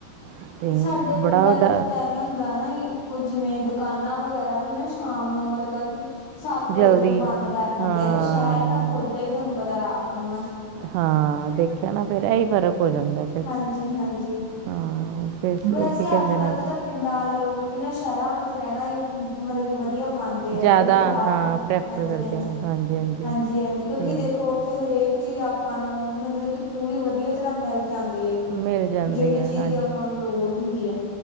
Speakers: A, on the right; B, on the left.
A: ਅਤੇ
B: ਸਾਡੇ
A: ਬੜਾ
B: ਪਿੰਡਾਂ
A: ਡ
B: ਵਿੱਚ ਤਾਂ ਐਵੇਂ ਹੁੰਦਾ ਨਾ ਜੀ ਕੋ ਜਿਵੇਂ ਦੁਕਾਨਾਂ ਵਗੈਰਾ ਵੀ ਨਾ ਸ਼ਾਮ ਨੂੰ ਮਤਲਬ ਕਿ, ਸੱਤ ਵਜੇ
A: ਜਲਦੀ
B: ਨੂੰ ਬੰਦ ਕਰ ਦਿੰਦੇ
A: ਹਾਂ
B: ਐ ਤੇ, ਸ਼ੈਹਰ ਤਾਂ ਖੁੱਲਦਾ ਈ ਤੁਆਨੂੰ ਪਤਾ, ਰਾਤ ਨੂੰ ਐ।
A: ਹਾਂ, ਦੇਖੇਆ ਨਾ ਫੇਰ ਐ ਈ ਫਰ ਹੋ ਜਾਂਦਾ ਫਿਰ
B: ਹਾਂਜੀ ਹਾਂਜੀ
A: ਹਾਂ, ਫਿਰ
B: ਵੈਸੇ
A: ਓ ਕੀ ਕੈੰਦੇ
B: ਅੱਜ ਕੱਲ੍ਹ
A: ਨ।
B: ਦੇ ਤਾਂ ਪਿੰਡਾਂ ਆਲੇ ਲੋਕ ਵੀ ਨਾ, ਸ਼ੈਹਰਾਂ ਵਿੱਚ ਰੈਣਾ ਈ ਮਤਲਬ ਕੀ ਵਧੀਆ ਮੰਨ ਹੈਗੇ,
A: ਜ਼ਿਆਦਾ
B: ਕਿਉਂਕਿ ਰਾਤ
A: ਹਾਂ
B: ਨੂੰ
A: ਪ੍ਰੈਫਰ
B: ਹਾਂਜੀ
A: ਕਰਦੇ
B: -ਹਾਂਜੀ,
A: ਆ ਹਾਂਜੀ
B: ਹਾਂਜੀ
A: ਅਤੇ
B: -ਹਾਂਜੀ ਕਿਉਂਕਿ ਦੇਖੋ, ਉੱਥੇ ਹਰੇਕ ਚੀਜ ਆਪ ਆਪਾਂ ਨੂੰ, ਮਤਲਬ ਕਿ ਪੂਰੀ ਵਧੀਆ ਤਰ੍ਹਾਂ ਮਿਲ ਜਾਂਦੀ ਹੈਗੀ,
A: ਮਿਲ ਜਾਂਦੀ
B: ਜੇਹੜੀ
A: ਹੈ
B: ਚੀਜ
A: ਹਾਂਜੀ
B: ਦੀ ਆਪਾਂ ਨੂੰ, ਲੋੜ ਹੁੰਦੀ ਆ।